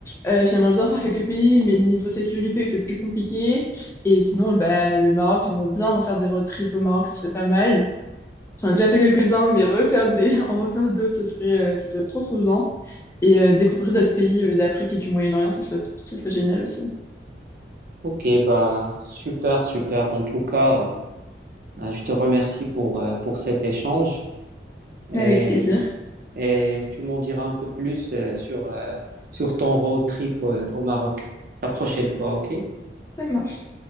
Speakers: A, on the left; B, on the right.
A: euh, j'aimerais bien faire quelques pays, mais niveau sécurité, c'est plus compliqué. Et sinon, bah, le Maroc, j'aimerais bien refaire des road trips au Maroc, ce serait pas mal. J'en ai déjà fait quelques-uns, mais refaire des, <laughs> en refaire d'autres, ce serait, euh, ce serait trop, trop bien. Et euh, découvrir d'autres pays euh, d'Afrique et du Moyen-Orient, ce serait, ce serait génial aussi.
B: Ok, bah super, super. En tout cas, euh, bah, je te remercie pour, euh, pour cet échange et,
A: Avec plaisir.
B: et tu m'en diras un peu plus euh, sur, euh, sur ton road trip euh, au Maroc la prochaine fois, ok?
A: Ça marche.